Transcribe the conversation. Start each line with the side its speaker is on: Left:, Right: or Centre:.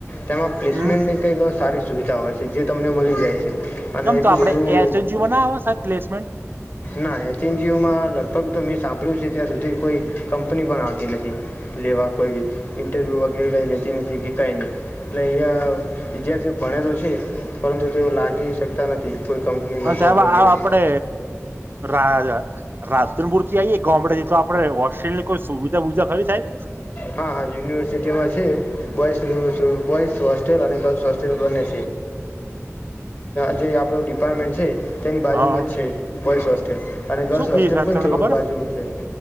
Left: તેમાં પ્લેસમેન્ટની
Right: હમ
Left: કંઈક સારી સુવિધા હોય છે જે તમને મળી જાય છે. અને
Right: કેમ
Left: એટલું
Right: તો આપડે
Left: બું
Right: એચએનજીયુ માં ના આવે સાહેબ પ્લેસમેન્ટ
Left: ના લગભગ તો મેં સાંભળ્યું છે ત્યાં સુધી કોઈ, કંપની પણ આવતી નથી લેવા કોઈ બી ઇન્ટરવ્યૂ વગેરે ક લેતી નથી કે કઈ નહી, એટલે અહીંયા વિદ્યાર્થીઓ ભણે તો છે, પરંતુ તેઓ લાગે શકતા નથી. કોઈ કંપનીમાં
Right: હ સાહેબ
Left: જોબ
Right: આ
Left: વગેરે
Right: આપડે રાજા રાતન પૂરતી આઈયએ ગ તો આપડે હોસ્ટેલની કોઈ સુવિધા બવિધા ખરી થાય.
Left: હા હા યુનિવર્સિટીમાં છે, બોસ બો હોલ બ છે જે આપ ડિપાર્ટમેન્ટ છે <unintelligible> તેની બાજુમાં
Right: હા
Left: જ છે બોઈસ, હોસ્ટેલ અને ગર્લ્સ
Right: શું
Left: હોસ્ટેલ
Right: ફી સાહેબ
Left: પણ
Right: તમને
Left: તે
Right: ખબર
Left: બાજુમાં છે.